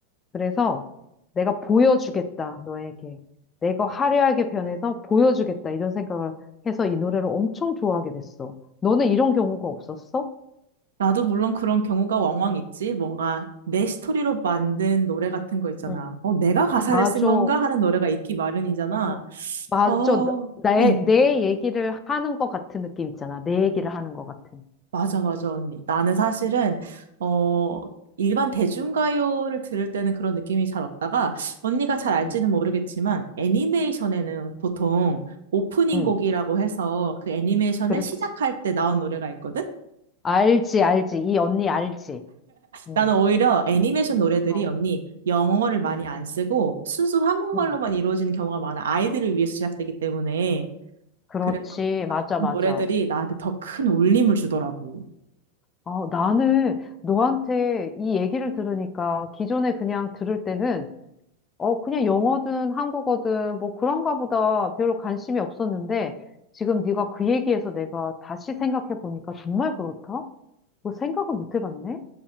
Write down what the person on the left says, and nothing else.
그래서 내가 보여주겠다, 너에게. 내가 화려하게 변해서 보여주겠다, 이런 생각을 해서 이 노래를 엄청 좋아하게 됐어. 너는 이런 경우가 없었어?
응.
맞아.
막 맞아.
나- 나의,
내 얘기를 하는 것 같은 느낌 있잖아. 내 얘기를 하는 것 같은.
응.
응.
응.
응,
그렇지.
알지, 알지. 이 언니 알지. 응.
어,
응,
응.
그렇지.
맞아, 맞아.
어, 나는 너한테 이 얘기를 들으니까 기존에 그냥 들을 때는 어, 그냥 영어든 한국어든 뭐 그런가 보다 별로 관심이 없었는데 지금 네가 그 얘기해서 내가 다시 생각해 보니까 정말 그렇다? 뭐 생각을 못 해봤네?